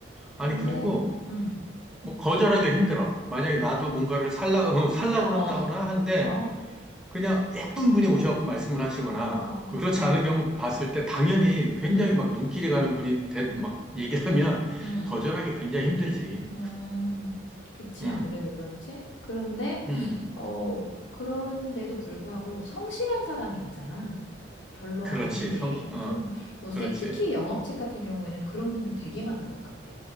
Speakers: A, on the left (about 75°); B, in the centre.
A: 근데,
B: 아니, 그리고
A: 음.
B: 뭐 거절하기가 힘들어. 만약에 나도 뭔가를 살라, <laughs> 살라
A: <laughs>
B: 그런다거나
A: 어,
B: 한데
A: 어.
B: 그냥 예쁜 분이 오셔갖고 말씀을 하시거나
A: 어,
B: 그 그렇지 않은 경우 봤을 때 당연히 굉장히
A: 음,
B: 막 눈길이 가는 분이 대, 막 얘기를 하면
A: 음,
B: 거절하기 굉장히 힘들지.
A: 음. 그치,
B: 음,
A: 아무래도 그렇지. 그런데
B: 음,
A: 어, 그런데도 불구하고 성실한 사람이 있잖아. 별로
B: 그렇지.
A: 아닌데
B: 성, 어,
A: 좀 못생,
B: 그렇지,
A: 특히 영업직 같은 경우에는 그런 분들 되게 많은 것 같아.